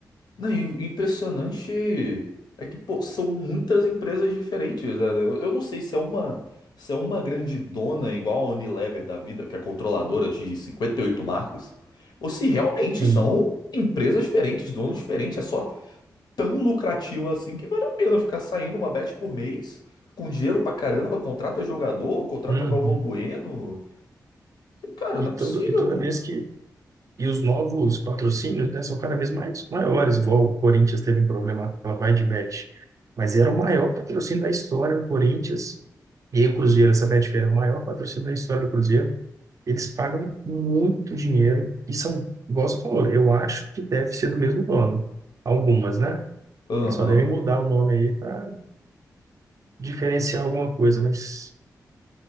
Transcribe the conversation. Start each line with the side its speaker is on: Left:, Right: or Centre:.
Left: Não, e o impressionante é que, pô, são muitas empresas diferentes. né? Eu, eu não sei se é uma, se é uma grande dona igual a Unilever da vida, que é controladora de 58 marcas, ou se realmente
Right: Sim.
Left: são empresas diferentes, donos diferentes. É só tão lucrativo assim que vale a pena ficar saindo uma bet por mês, com dinheiro pra caramba, contrata jogador, contrata
Right: Uhum.
Left: Galvão Bueno. E, cara,
Right: E,
Left: não é
Right: todo,
Left: possível,
Right: e toda
Left: pô.
Right: vez que. E os novos patrocínios, né, são cada vez mais maiores, igual o Corinthians teve um problema com a Vai de Bet. Mas era o maior patrocínio da história do Corinthians. E aí o Cruzeiro, essa Betfair é o maior patrocínio da história do Cruzeiro, Eles pagam muito dinheiro e são, igual você falou, eu acho que deve ser do mesmo dono. Algumas, né?
Left: Aham.
Right: Eles só devem mudar o nome aí para diferenciar alguma coisa, mas